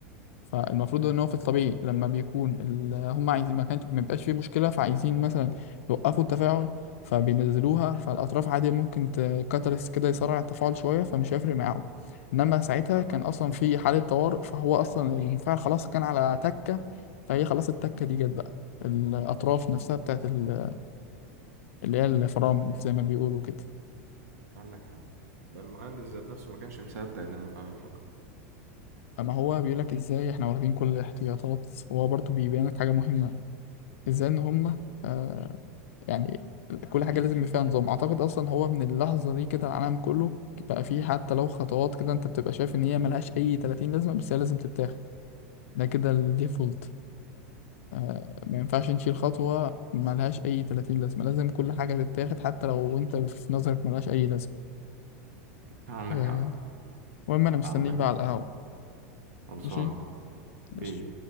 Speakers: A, on the left (about 65°); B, on the right (about 85°).
A: فالمفروض ان هو في الطبيعي لما بيكون ال- هم عايزين ما كانش ما بيبقاش فيه مشكله فعايزين مثلا يوقفوا التفاعل فبينزلوها فالاطراف عادي ممكن كاتاليست كده يسرع التفاعل شويه فمش هيفرق معاهم انما ساعتها
B: عندك
A: كان اصلا في حاله طوارئ فهو اصلا المفاعل خلاص كان على تكه فهي خلاص التكه دي جت بقى الاطراف نفسها بتاعت ال- اللي هي الفرامل زي ما بيقولوا كده
B: عندك حق ده المهندس ذات نفسه ما كانش مصدق ان المفاعل انفجر
A: اما هو بيقول لك ازاي احنا واخدين كل الاحتياطات وهو برضو بيبين لك حاجه مهمه ازاي ان هم آه، يعني كل حاجة لازم يبقى فيها نظام أعتقد أصلا هو من اللحظة دي كده العالم كله بقى فيه حتى لو خطوات كده أنت بتبقى شايف إن هي ملهاش أي 30 لازمة بس هي لازم تتاخد ده كده الديفولت آه ما ينفعش نشيل خطوة ملهاش أي 30 لازمة لازم كل حاجة تتاخد حتى لو أنت في نظرك ملهاش أي لازمة
B: عندك
A: آه
B: حق
A: المهم أنا مستنيك
B: عندك
A: بقى على القهوة
B: خلصان
A: ماشي؟ ماشي
B: بيه